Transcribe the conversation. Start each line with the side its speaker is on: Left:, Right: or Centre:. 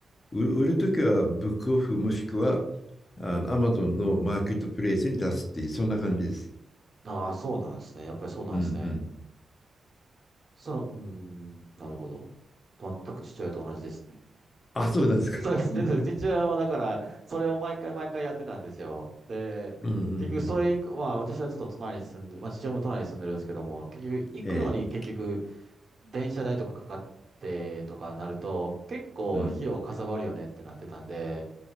Left: 売売るときはブックオフもしくは、
Right: うん
Left: あの、アマゾンのマーケットプレイスに出すっていう、そんな感じです。
Right: ああー、そうなんですね。やっぱりそうなんですね。
Left: うん。うん。
Right: その、うーん、なるほど。全く父親と同じですね。
Left: あ、そうなんですか。<laughs>
Right: そうですね、そうです。一応、だから、それを毎回毎回やってたんですよ。で、
Left: うんうんう
Right: 結局、それ以降、
Left: ん。
Right: まあ、私はちょっと隣に住んで、まあ、父親も隣に住んでるんですけども、結局、行くのに結局、
Left: ええ。
Right: 電車代とかかかってとかなると、結構、
Left: うん。
Right: 費用がかさばるよねってなってたんで、